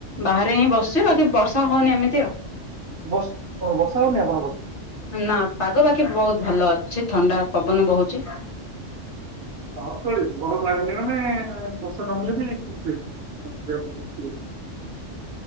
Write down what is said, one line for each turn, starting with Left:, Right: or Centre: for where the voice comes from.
Left: ବାହାରେ ହିଁ ବସଚି ବାକି ବର୍ଷା ହଉନି ଏମିତି ଆଉ।
Right: ବସ ଓ ବର୍ଷା ହଉନି ଆପଣଙ୍କର?
Left: ଏ ନା ପାଗ ବାକି ବହୁତ ଭଲ ଅଛି। ଥଣ୍ଡା ପବନ ବହୁଚି।
Right: ଆଉ ତଳେ ଗରମ ଲାଗୁଚି ନା ନାହିଁ? ଏ ବର୍ଷା ନ ହେଲେ ବି ସେ <unintelligible>